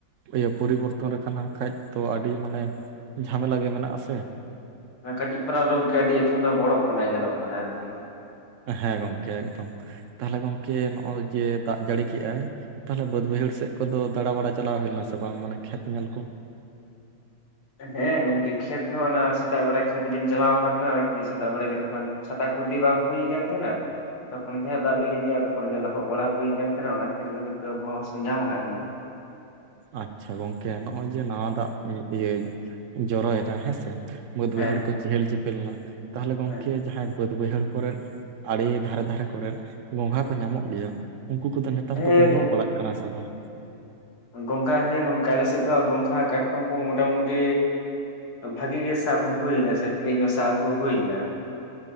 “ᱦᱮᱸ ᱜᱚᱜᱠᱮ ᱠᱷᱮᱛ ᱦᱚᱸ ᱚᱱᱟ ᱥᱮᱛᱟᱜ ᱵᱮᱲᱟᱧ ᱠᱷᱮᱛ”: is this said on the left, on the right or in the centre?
Left